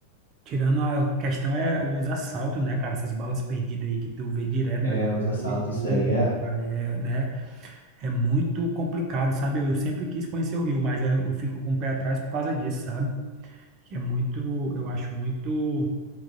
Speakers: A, on the right (about 35°); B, on the left (about 75°).
A: tirando a questão é os assaltos, né, cara? Essas balas perdidas aí que tu vê direto
B: É,
A: no jornal
B: os assaltos,
A: e tudo,
B: isso daí é.
A: cara, é, né? É muito complicado, sabe? Eu sempre quis conhecer o Rio, mas eu, eu fico com o pé atrás por causa disso, sabe? que é muito, eu acho muito,